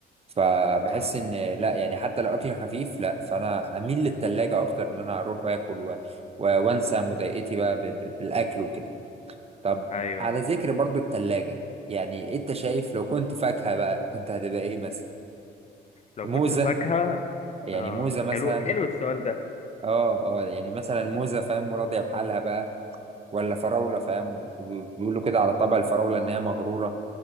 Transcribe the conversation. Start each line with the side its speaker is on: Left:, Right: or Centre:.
Right: فبحس
Left: آه.
Right: ان لا يعني حتى لو اكل خفيف لا فانا اميل للتلاجة اكتر ان انا اروح واكل و... و... وانسى مضايقتي بقى ب... ب... بالاكل وكده طب
Left: ايوه
Right: على ذكر برضو التلاجة يعني انت شايف لو كنت فاكهة بقى كنت هتبقى ايه مثلا
Left: لو
Right: موزة
Left: كنت فاكهة
Right: يعني
Left: اه
Right: موزة مثلا
Left: حلو حلو السؤال
Right: اه اه يعني مثلا موزة فاهم وراضية بحالها بقى ولا فراولة فاهم و- وبيقولوا كده على طبع الفراولة إن هي مغرورة